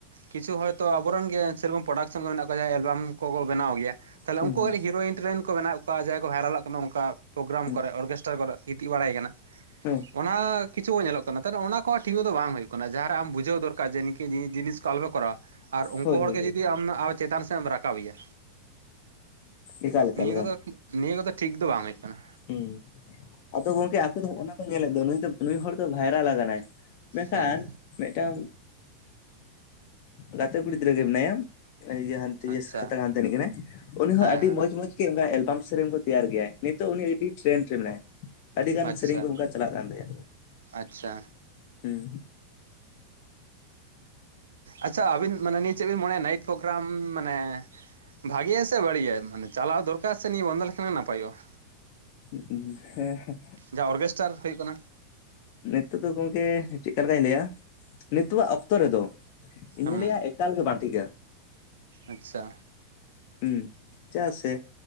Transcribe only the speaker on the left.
ᱦᱩᱸ
ᱦᱩᱸ
ᱦᱩᱸ
ᱦᱮᱸ
ᱦᱳᱭ
ᱦᱳᱭ ᱦᱳᱭ
ᱮᱠᱟᱞ ᱮᱠᱟᱞ
ᱦᱮᱸ ᱟᱫᱚ ᱜᱚᱝᱠᱮ ᱟᱠᱚ ᱫᱚ ᱚᱱᱟ ᱠᱚ ᱧᱮᱞᱮᱫ ᱫᱚ ᱱᱩᱭ ᱫᱚ ᱱᱩᱭ ᱦᱚᱲ ᱫᱚ ᱵᱷᱟᱭᱨᱟᱞ ᱟᱠᱟᱱᱟᱭ ᱢᱮᱱᱠᱷᱟᱱ
ᱢᱤᱫᱴᱟᱝ ᱜᱟᱛᱮ ᱠᱩᱲᱤ ᱜᱤᱫᱽᱨᱟᱹ ᱜᱮ ᱢᱮᱱᱟᱭᱟ ᱤᱭᱟᱹ ᱦᱟᱱᱛᱮ
ᱠᱷᱟᱛᱲᱟ ᱦᱟᱱᱛᱮ ᱨᱤᱱᱤᱡ ᱠᱟᱱᱟᱭ ᱩᱱᱤ ᱦᱚᱸ
ᱟᱹᱰᱤ
ᱢᱚᱸᱡᱽ ᱢᱚᱸᱡᱽ ᱱᱤᱛ ᱮᱞᱵᱟᱢ ᱥᱮᱨᱮᱧ ᱠᱚᱭ ᱛᱮᱭᱟᱨ ᱜᱮᱭᱟ ᱱᱤᱛ ᱩᱱᱤ ᱟᱹᱰᱤ ᱴᱨᱮᱱᱰ ᱨᱮ ᱢᱮᱱᱟᱭᱟ ᱟᱹᱰᱤ ᱜᱟᱱ
ᱥᱮᱨᱮᱧ ᱠᱚ ᱚᱱᱠᱟ ᱪᱟᱞᱟᱜ ᱠᱟᱱ ᱛᱟᱭᱟ
ᱦᱩᱸ
ᱦᱮᱸ ᱦᱮᱸ
ᱱᱤᱛᱚᱜ ᱫᱚ ᱜᱚᱝᱠᱮ ᱪᱮᱫ ᱞᱮᱠᱟᱧ ᱞᱟᱹᱭᱟ ᱱᱤᱛᱚᱜ ᱟᱜ ᱚᱠᱛᱚ ᱨᱮᱫᱚ ᱤᱧ
ᱫᱚᱧ ᱞᱟᱹᱭᱟ ᱮᱠᱟᱞ ᱜᱮ ᱵᱟᱝ ᱴᱷᱤᱠᱟ
ᱦᱮᱸ ᱪᱟᱹ ᱥᱮ